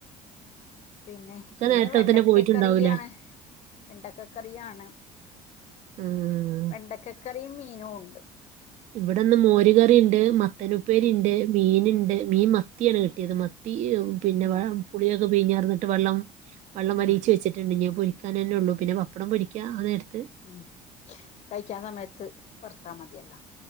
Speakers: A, on the left; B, on the right.
A: പിന്നെ ഇന്ന്
B: നേരത്തെ
A: വെണ്ടക്കക്കറിയാണ്
B: തന്നെ പോയിട്ടുണ്ടാവൂലേ
A: വെണ്ടക്കക്കറിയാണ്
B: ഉം
A: വെണ്ടക്കക്കറിയും മീനും ഉണ്ട്
B: ഇവിടെന്ന് മോരുകറിണ്ട് മത്തനുപ്പേരി
A: ഉം
B: ഉണ്ട് മീനുണ്ട് മീൻ മത്തിയാണ് കിട്ടിയത് മത്തി പി യും പിന്നെ
A: ഉം
B: വ പുളിയൊക്കെ പിഞാ റന്നിട്ട് വെള്ളം അലീച്ചു
A: ഉം
B: വെച്ചിട്ടുണ്ടെഞാ കിക്കാൻ തന്ന ഒള്ളൂ പിന്നെ പപ്പടം പോ രിക്കഅ നേരത്തെ
A: ഉം കഴിക്കാൻ സമയത്ത് വർത്ത മതിയല്ലോ